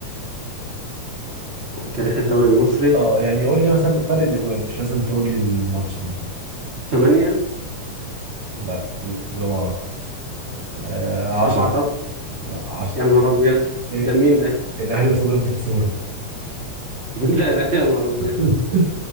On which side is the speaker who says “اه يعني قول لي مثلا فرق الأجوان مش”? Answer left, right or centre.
Right